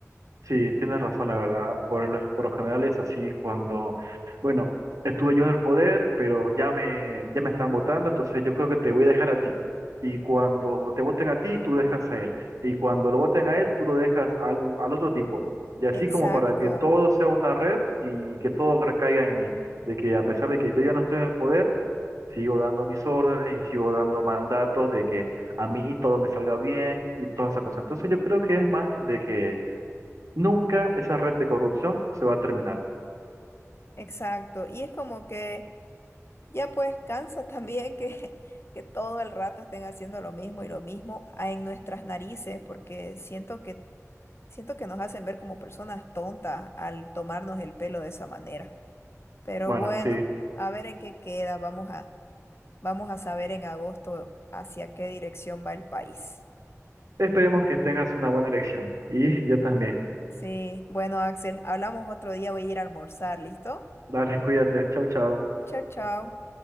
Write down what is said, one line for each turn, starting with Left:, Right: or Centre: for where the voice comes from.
Right: Sí, tienes razón, la verdad. Por lo, por lo general es así cuando, bueno, estuve yo en el poder, pero ya me, ya me están votando, entonces yo creo que te voy a dejar a ti. Y cuando te voten a ti, tú dejas a él. Y cuando lo voten a él, tú lo dejas al, al otro tipo. Y así
Left: Exacto,
Right: como para que todo sea una red y que todo recaiga en mí. De que a pesar de que yo ya no estoy en el poder, sigo dando mis órdenes y sigo dando mandatos de que a mí todo me salga bien y todas esas cosas. Entonces yo creo que es más de que Nunca esa red de corrupción se va a terminar.
Left: exacto. Y es como que... Ya pues cansa <laughs> también que, que todo el rato estén haciendo lo mismo y lo mismo a- en nuestras narices, porque siento que, siento que nos hacen ver como personas tontas al tomarnos el pelo de esa manera. Pero
Right: Bueno,
Left: bueno,
Right: sí.
Left: a ver en qué queda. Vamos a, vamos a saber en agosto hacia qué dirección va el país.
Right: Esperemos que tengas una buena elección. Y yo también.
Left: Sí, bueno, Axel, hablamos otro día, voy a ir a almorzar, ¿listo?
Right: Dale, cuídate. Chau, chau.
Left: Chao, chao.